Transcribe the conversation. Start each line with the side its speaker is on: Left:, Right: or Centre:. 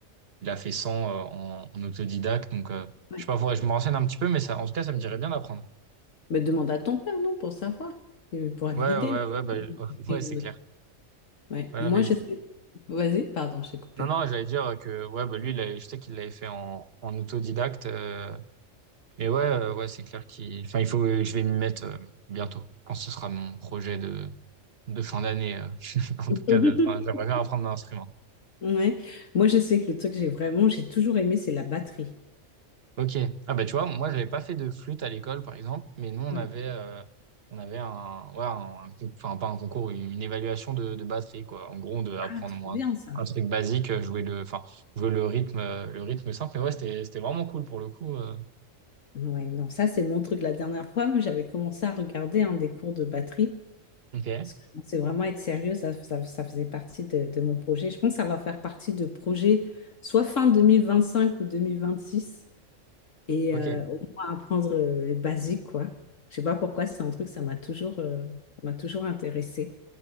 Right: il a fait cent euh, en, en autodidacte, donc euh,
Left: ouais.
Right: je sais pas, faudrait que je me renseigne un petit peu, mais ça, en tout cas ça me dirait bien d'apprendre.
Left: mais demande à ton père, non, pour savoir, il pourra te
Right: Ouais,
Left: guider.
Right: ouais, ouais, bah,
Left: Lui,
Right: <laughs> ouais,
Left: il est en
Right: c'est
Left: auto.
Right: clair.
Left: Ouais,
Right: Ouais,
Left: moi
Right: non, mais
Left: je sais. Vas-y, pardon, j'ai coupé.
Right: Non, non, j'allais dire que ouais, bah, lui, il a- je sais qu'il l'avait fait en, en autodidacte. euh, mais ouais, euh, ouais, c'est clair qu'il. Enfin, il faut, que je vais m'y mettre euh, bientôt, quand ce sera mon projet de, de fin d'année. euh, <laughs> en
Left: <laughs>
Right: tout cas, de, enfin, j'aimerais bien apprendre un instrument.
Left: Ouais, moi je sais que le truc que j'ai vraiment j'ai toujours aimé c'est la batterie.
Right: Ok. Ah bah tu vois, moi, j'avais pas fait de flûte à l'école, par exemple, mais nous, on
Left: Ouais.
Right: avait, euh, on avait un, ouais, un- un con- enfin pas un concours, une, une évaluation de, de batterie, quoi. En gros, on devait apprendre
Left: Ah, trop
Right: moi,
Left: bien ça.
Right: un truc basique, euh, jouer le, enfin, jouer le rythme, euh, le rythme simple. Mais ouais, c'était, c'était vraiment cool pour le coup. euh.
Left: Ouais, non, ça c'est mon truc. La dernière fois, moi, j'avais commencé à regarder un des cours de batterie.
Right: Ok.
Left: Parce que je pensais vraiment être sérieux, ça, ça, ça faisait partie de, de mon projet. Je pense que ça va faire partie de projets soit fin 2025 ou 2026. Et
Right: Ok.
Left: euh, au moins apprendre euh, les basiques, quoi. Je sais pas pourquoi, c'est un truc, ça m'a toujours, euh, ça m'a toujours intéressé.